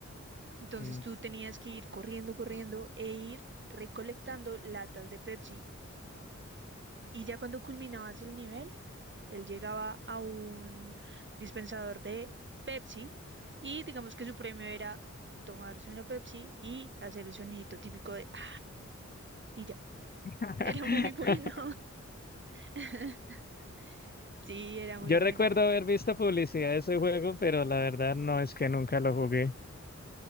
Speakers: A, on the right; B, on the left.
A: Entonces
B: Mm.
A: tú tenías que ir corriendo, corriendo e ir recolectando latas de Pepsi. Y ya cuando culminabas el nivel, él llegaba a un dispensador de Pepsi y digamos que su premio era tomarse una Pepsi y hacer el sonidito típico de ah, y ya.
B: <laughs>
A: <laughs> Era muy bueno. <laughs> Sí, era muy
B: Yo
A: bueno.
B: recuerdo haber visto publicidad de ese juego, pero la verdad no es que nunca lo jugué.